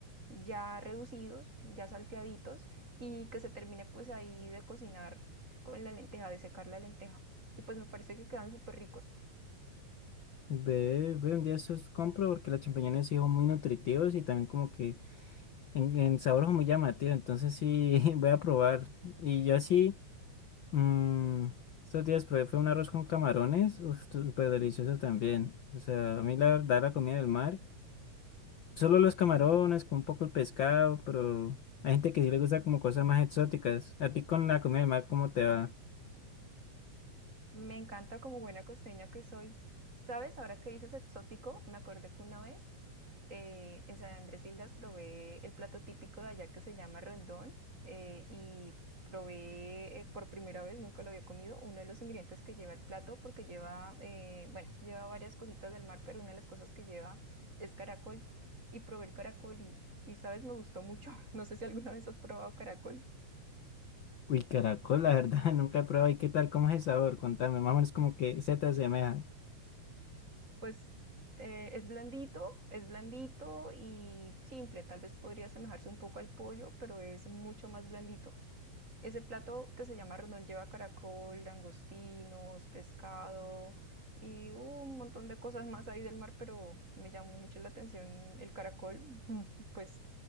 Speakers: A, on the right (about 20°); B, on the left (about 70°).
A: ya reducidos, ya salteaditos y que se termine pues ahí de cocinar con la lenteja, de secar la lenteja. Y pues me parece que quedan súper ricos.
B: Ve, ve un día esos compro porque los champiñones sí son muy nutritivos y también como que en, en sabor son muy llamativos. Entonces sí, <laughs> voy a probar. Y yo así. Mm, estos días probé fue un arroz con camarones, uf, súper delicioso también. O sea, a mí la verdad la comida del mar, solo los camarones, con un poco el pescado, pero hay gente que sí le gusta como cosas más exóticas. ¿A ti con la comida del mar cómo te va?
A: Me encanta como buena costeña que soy. ¿Sabes? Ahora que dices exótico, me acordé que una vez eh, en San Andrés Islas probé el plato típico de allá que se llama rondón eh, y probé eh, por primera vez, nunca lo había comido, uno de los ingredientes que lleva el plato porque lleva, eh, bueno, lleva varias cositas del mar, pero una de las cosas que lleva es caracol y probé el caracol y, y ¿sabes? Me gustó mucho. <laughs> No sé si alguna vez has probado caracol.
B: Uy, caracol, la verdad, <laughs> nunca he probado. ¿Y qué tal? ¿Cómo es el sabor? Contame, más o menos como que se te asemeja.
A: Pues eh, es blandito, es blandito y simple. Tal vez podría asemejarse un poco al pollo, pero es mucho más blandito. Ese plato que se llama rendón lleva caracol, langostinos, pescado y un montón de cosas más ahí del mar, pero me llamó mucho la atención el caracol, <laughs> pues